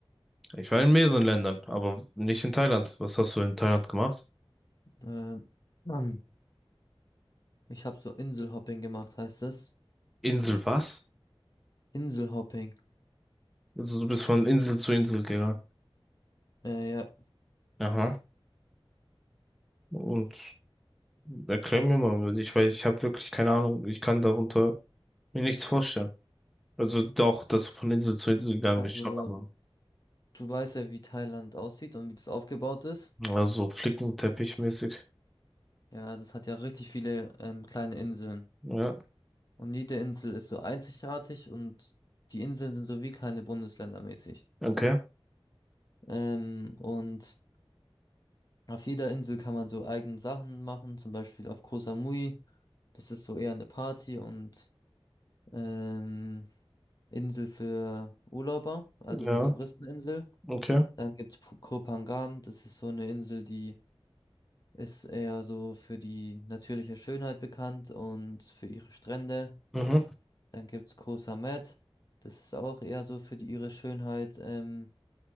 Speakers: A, in the centre; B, on the left.
A: Ich war in mehreren Ländern, aber nicht in Thailand. Was hast du in Thailand gemacht?
B: Ähm, ähm, ich habe so Inselhopping gemacht, heißt das?
A: Insel was?
B: Inselhopping.
A: Also du bist von Insel zu Insel gegangen.
B: Äh, ja,
A: Aha. Und erklär mir mal, ich, weil ich habe wirklich keine Ahnung. Ich kann darunter mir nichts vorstellen. Also doch, dass du von Insel zu Insel gegangen
B: also
A: bist, schon, aber
B: du weißt ja, wie Thailand aussieht und wie das aufgebaut ist.
A: also flickenteppich-mäßig.
B: S- Ja, das hat ja richtig viele ähm, kleine Inseln.
A: Ja,
B: Und jede Insel ist so einzigartig und die Inseln sind so wie kleine Bundesländer mäßig.
A: okay.
B: Ähm, und auf jeder Insel kann man so eigene Sachen machen, zum Beispiel auf Koh Samui. Das ist so eher eine Party und ähm, Insel für Urlauber, also
A: Ja.
B: eine Touristeninsel.
A: Okay.
B: Dann gibt es Koh Phangan, das ist so eine Insel, die ist eher so für die natürliche Schönheit bekannt und für ihre Strände.
A: Mhm.
B: Dann gibt es Koh Samet, das ist auch eher so für die, ihre Schönheit ähm,